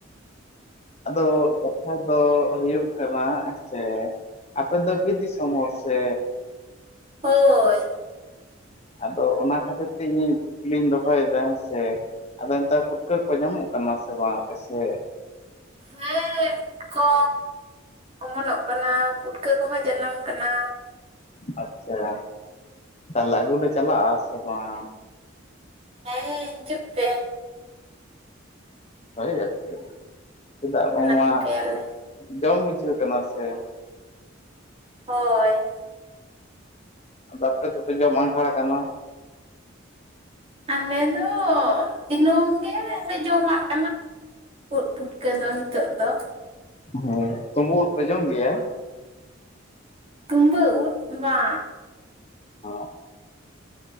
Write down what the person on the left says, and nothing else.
ᱟᱫᱚ ᱠᱟᱛᱷᱟ ᱫᱚ ᱦᱩᱭᱩᱜ ᱟᱯᱮ ᱢᱟ ᱦᱮᱸᱥᱮ ᱟᱯᱮᱫ ᱫᱚ ᱵᱤᱫ ᱫᱤᱥᱚᱢ ᱥᱮ
ᱟᱫᱚ ᱚᱱᱟ ᱠᱷᱟᱹᱛᱤᱨ ᱛᱮ ᱤᱧᱤᱧ ᱠᱩᱠᱞᱤᱞᱤᱧ ᱫᱚᱦᱚᱭᱮᱫᱟ ᱦᱮᱸ ᱥᱮ ᱟᱫᱚ ᱱᱮᱛᱟᱨ ᱯᱩᱴᱠᱟᱹ ᱠᱚ ᱧᱟᱢᱚᱜ ᱠᱟᱱᱟ ᱥᱮ ᱵᱟᱝ ᱟᱯᱮ ᱥᱮ?
ᱟᱪᱷᱟ ᱛᱟᱦᱞᱮ ᱟᱹᱜᱩ ᱞᱮ ᱪᱟᱞᱟᱜᱼᱟ ᱥᱮ ᱵᱟᱝ?
ᱦᱳᱭ ᱟᱨᱠᱤ ᱪᱮᱫᱟᱜ ᱵᱟᱝ
ᱢᱟ
ᱡᱚᱢ ᱵᱩᱡᱷᱟᱹᱣ ᱠᱟᱱᱟ ᱥᱮ
ᱵᱟᱯᱮ ᱛᱚᱯᱮ ᱡᱚᱢ ᱟᱸᱜᱷᱟᱬ ᱟᱠᱟᱱᱟ
ᱦᱮᱸ ᱛᱩᱢᱵᱩᱜ ᱤᱝ ᱯᱮ ᱡᱚᱢ ᱜᱮᱭᱟ
ᱦᱚᱣ